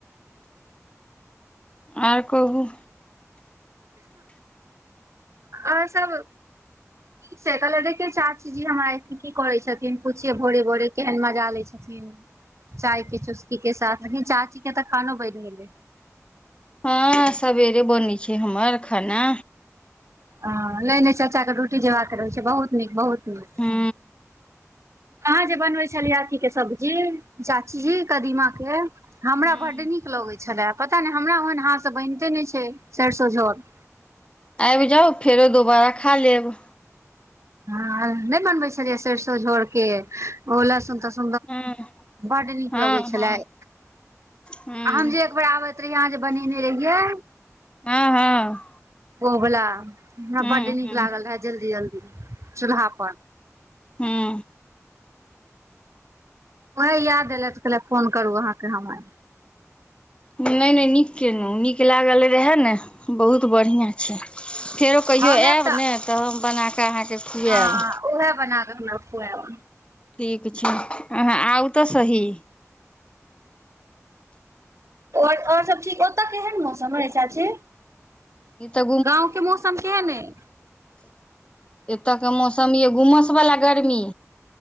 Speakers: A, on the left (about 20°); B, on the right (about 60°).
A: आओर कहू
B: आर सब से कहलियै देखियै चाचीजी हमरा की करै छथिन पूछियै भोरे भोरे केहन मजा लै छथिन चाय के चुस्की के साथ चाचीे के तऽ खानो बइन गेलै
A: हँ सबेरे बनै छै हमर खाना
B: ह नय नय चाचा के ड्युटी जेबाके रहै छै बहुत नीक बहुत नीक
A: हूँ
B: अहाँ जे बनबै छलियै अथीके सब्जी चाचीजी कदीमा के हमरा
A: हूँ
B: बड्ड नीक लगै छलय पता नय हमरा ओहन हाथसँ बनिते नहि छै सरिसो झोर
A: आइब जाउ फेरो दोबारा खा लेब
B: हं नय बनबै छलियै सरसो झोर के ओ लहसुन तस
A: हँ
B: बड्ड नीक
A: हँ
B: लगै
A: हँ
B: छलय
A: हूँ
B: हम जे एकबर आबै प्रिया जे बनेने रहियै
A: हँ हँ
B: ओ बला हमरा
A: हूँ
B: बड्ड नीक
A: हूँ
B: लागल रहै जल्दी जल्दी चूल्हा पर
A: हँ
B: ओहै याद एलै तऽ कहले फोन करू अहाँकेँ हम आय
A: नय नय नीक केलहुँ नीक लागल रहे ने बहुत बढ़ियाँ अच्छा फेरो कहियो
B: हम
A: आएब
B: आयब
A: ने तऽ हम बना कऽ अहाँके खुआएब
B: हँ उहे बना कऽ खुयैब
A: ठीक छै अहाँ आउ तऽ सही
B: ओर ओर सब ठीक ओतऽ केहन मौसम अय चाची
A: ई तऽ
B: गाँव के मौसम केहन अय
A: एतऽके मौसम यऽ गुमस वला गर्मी